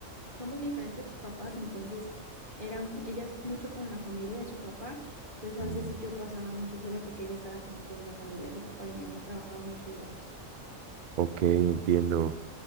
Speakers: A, on the right (about 40°); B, on the right (about 60°).
A: somos diferentes papás, entonces era, mu- ella es mucho con la familia de su papá, entonces a
B: Mm,
A: veces sí yo pasaba mucho sola porque ella estaba como con la familia de su papá y mi mamá trabajaba mucho, digamos.
B: Ok, entiendo.